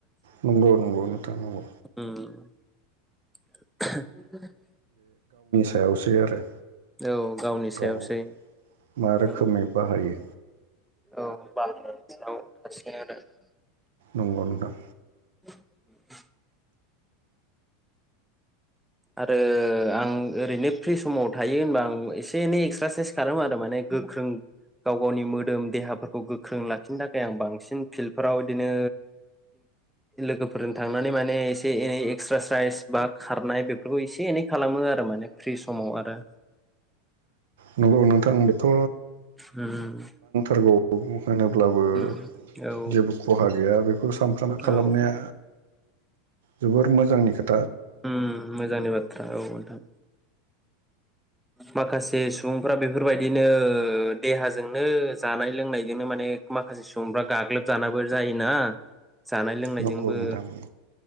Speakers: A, on the right; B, in the centre.
A: नंगौ नंगौ नोंथां नंगौ।
B: उम <unintelligible>
A: सायावसै आरो।
B: औ गावनि सायावसै।
A: गाव मा रोखोमै
B: औ
A: बाहायो।
B: <unintelligible>
A: नंगौ नोंथां।
B: <inaudible> आरो आं ओरैनो फ्रि समाव थायो होनबा आं एसे एनै एक्सारसाइस खालामो आरो माने गोख्रों गाव गावनि मोदोम देहाफोरखौ गोख्रों लाखिनो थाखाय आं बांसिन फिल्डफोराव बिदिनो लोगोफोरजों थांनानै माने एसे एनै एक्सारसाइस बा खारनाय बेफोरखौ एसे एनै खालामो आरो माने फ्रि समाव आरो।
A: नंगौ नोंथां बेथ'
B: उम
A: <unintelligible> होनोब्लाबो
B: उम औ
A: जेबो खहा गैया बेखौ सानफ्रामबो खालामनाया
B: औ
A: जोबोर मोजांनि खोथ
B: उम्म मोजांनि बाथ्रा औ नोंथां। माखासे सुबुंफ्रा बेफोरबायदिनो ओ देहाजोंनो जानाय लोंनायजोंनो माने माखासे सुबुंफ्रा गाग्लोबजानाबो जायोना। जानाय लोंनायजोंबो।
A: नंगौ नोंथां